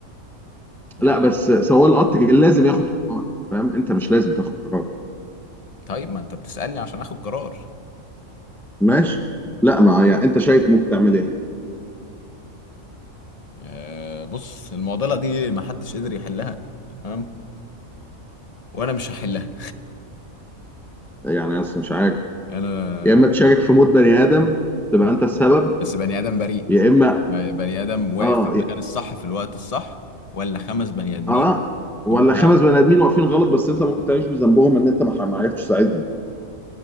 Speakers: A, on the left (about 30°); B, in the centre.
A: يعني
B: لا بس سواق القطر لازم ياخد قرار فاهم انت مش لازم تاخد قرار
A: طيب ما انت بتسألني عشان اخد قرار
B: ماشي لا ما يعني انت شايف ممكن تعمل ايه
A: آه بص المعضلة دي ما حدش قدر يحلها تمام وانا مش هحلها
B: يعني اصلا مش عارف
A: انا
B: يا اما تشارك في موت بني ادم تبقى انت السبب
A: بس بني آدم بريء
B: يا اما
A: ب- بني آدم واقف
B: اه
A: في المكان الصح في الوقت الصح ولا خمس بني آدمين
B: اه ولا
A: هم
B: خمس بني ادمين واقفين غلط بس انت ممكن تعيش بذنبهم ان انت ما ما عرفتش تساعدهم